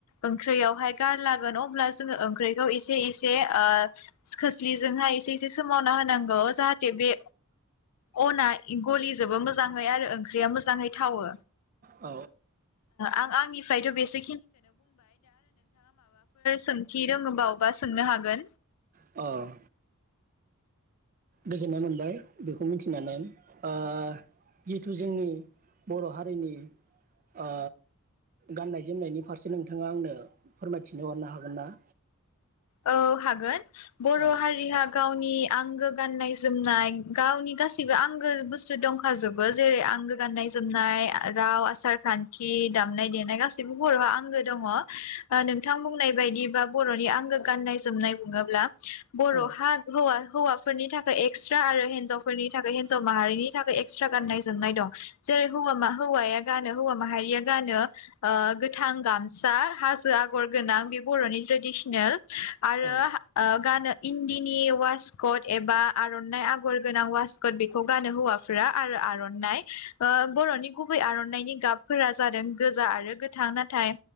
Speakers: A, on the left (about 80°); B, on the right (about 40°).
A: ओंख्रियाव हाय गारलागोन अ होमब्ला जोङो ओंख्रिखौ एसे एसे ओ खोस्लिजोंहाय एसे एसे सोमावना होनांगौ जाहाथे बे अना गलिजोबो मोजांयै आरो ओंख्रिया मोजांयै थावो।
B: औ
A: आं आंनिफ्रायथ बेसे सोंथि दोङोबावबा सोंनो हागोन।
B: औ। गोजोन्नाय मोनबाय बेखौ मिथिनानै ओ जिहेथु जोंनि बर' हारिनि ओ गान्नाय जोमनायनि फारसे नोंथाङा आंनो फोरमायथिनो हरनो हागोन ना।
A: औ हागोन बर'
B: औ
A: हारिया गाव गावनि आंगो गान्नाय जोमनाय गावनि गासैबो आंगो बुस्थु दंखाजोबो जेरै आंगो गान्नाय जोमनाय राव, आसार खान्थि, दामनाय देनाय गासैबो बर'आ आंगो दङ नोंथां बुंनाय बायदिबा बर'नि आंगो गान्नाय जोमनाय बुङोब्ला बर'हा
B: औ
A: हौवा हौवाफोरनि थाखाय एक्सट्रा आरो हिनजावफोरनि थाखाय हिनजाव माहारिनि थाखाय एक्सट्रा गान्नाय जोमनाय दं जेरैहाय हौवाया गानो हौवा माहारिया गानो गोथां गामसा हाजो आगर गोनां बे बर'नि ट्रेडिसनेल। आरो
B: औ
A: ओ गानो इन्दिनि अवासकट एबा आर'नाइ आगर गोनां अवासकट बेखौ गानो हौवाफोरा। आरो आर'नाइ ओ बर'नि गुबै आर'नाइनि गाब फोरा जादों गोजा आरो गोथां नाथाय